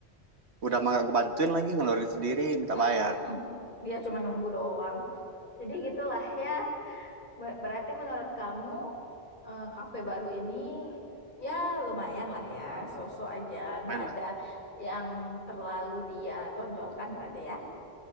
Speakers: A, on the right; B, on the left.
A: udah mah gak gue bantuin lagi ngeluarin sendiri minta
B: Mm-mm.
A: bayar
B: Dia cuma nunggu doang. Jadi gitulah ya. Ber- Berarti menurut kamu eh, kafe baru ini ya lumayan lah ya, sosok aja, nggak
A: main
B: ada
A: lah
B: yang terlalu dia tonjolkan berarti ya.